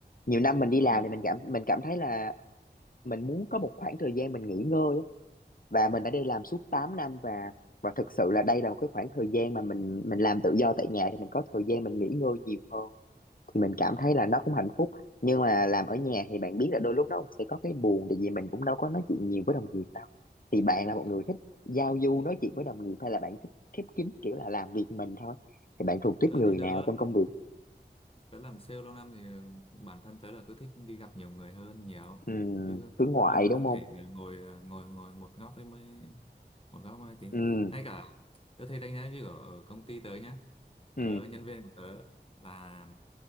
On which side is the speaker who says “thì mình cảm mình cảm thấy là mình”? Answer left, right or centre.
Left